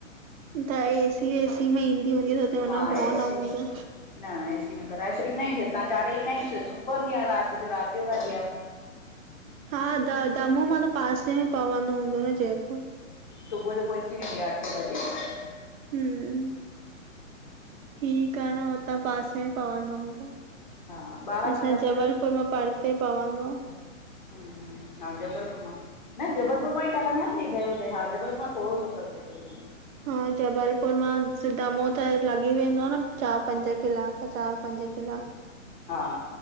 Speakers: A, on the right (about 75°); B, on the left (about 40°).
A: त ऐसी-वेसी में ईंदी हूंदी त हुन
B: हा
A: में भउ
B: एसी
A: न हूंदो?
B: न ऐसी में कराए छॾींदायूंस, हितां चाढ़े ईंदायूंस, सुम पवंदी आ रात जो, रात जो गाॾी आ।
A: हा, दा दामू मां त पासे में पवंदो हूंदो न जयपुर?
B: सुबूह जो पहुची वेंदी आ, अठें बजे।
A: हूं ठीक आ न, हुतां पासे में पवंदो हुंदो?
B: हा ॿारहं
A: असांजे
B: घंटा
A: जबलपुर मां परते पवंदो।
B: हूं, हा जबलपुर मां न जबलपुर मां ई त लंघंदा नी, गयोदे हा जबलपुर मां थोड़ो सो परते पेंदो।
A: हा, जबलपुर मां, दामू त लॻी वेंदो न, चार पंज किलाक चार पंज किलाक।
B: हा,